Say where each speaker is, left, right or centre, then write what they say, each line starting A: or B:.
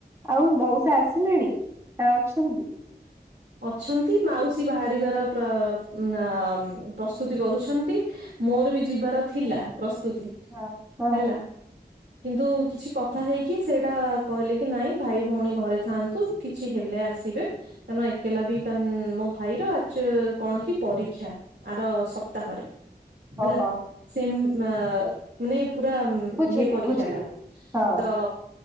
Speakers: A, on the right; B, on the right.
A: ଆଉ ମଉସା ଆସିଲେଣି ନା ଅଛନ୍ତି?
B: ଅଛନ୍ତି ମାଉସୀ ବାହାରିବାର ପ୍ର ନା ପ୍ରସ୍ତୁତି କରୁଛନ୍ତି। ମୋର ବି ଯିବାର ଥିଲା ପ୍ରସ୍ତୁତି
A: ହଁ ହଁ
B: ହେଲା। କିନ୍ତୁ କିଛି କଥା ହେଇକି ସେଇଟା କହିଲେ କି ନାଇଁ ଭାଇ ଭଉଣୀ ଘରେ ଥାଆନ୍ତୁ କିଛି ହେଲେ ଆସିବେ। ସାନ ଭାଇ। କେଲା ବି ତାନ୍ ମୋ ଭାଇର ଆଚୁ କଣ କି ପରୀକ୍ଷା ଆର ସପ୍ତାହରେ। ହେଲା
A: ଓହୋ
B: ସିମ୍ ମା ମାନେ ପୁରା ମ୍
A: ବୁଝିଲି
B: ଇଏ ପରୀକ୍ଷା
A: ବୁଝିଲି।
B: ଟା
A: ହଁ
B: ତ